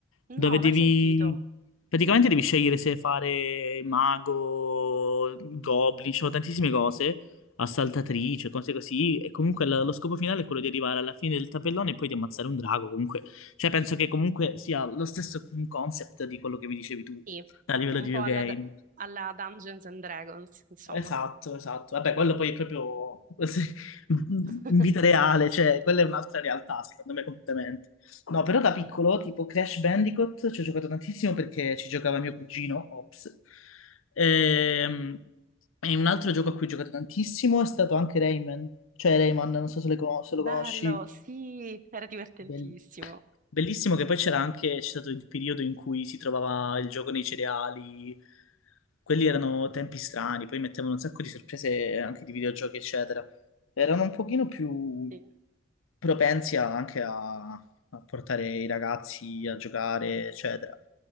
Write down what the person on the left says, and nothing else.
dove devi...
praticamente devi scegliere se fare mago, goblin, ci sono tantissime cose, assaltatrice, cose così, e comunque lo, lo scopo finale è quello di arrivare alla fine del tabellone e poi di ammazzare un drago, comunque, cioè penso che comunque sia lo stesso concept di quello che mi dicevi tu
a livello
di
videogame.
Esatto, esatto. Vabbè, quello poi è proprio <laughs> in
vita reale, cioè quella è un'altra realtà, secondo me, completamente. No, però da piccolo, tipo Crash Bandicoot, ci ho giocato tantissimo perché ci giocava mio cugino, Ops. Ehm, E, un altro gioco a cui ho giocato tantissimo è stato anche Rayman, cioè Rayman, non so se, le conos- se lo
conosci.
Bellissimo. Bellissimo che poi c'era anche, c'è stato il periodo in cui si trovava il gioco nei cereali, quelli erano tempi strani, poi mettevano un sacco di sorprese anche di videogiochi, eccetera. Erano un pochino più
propensi a- anche a, a portare i ragazzi a giocare, eccetera,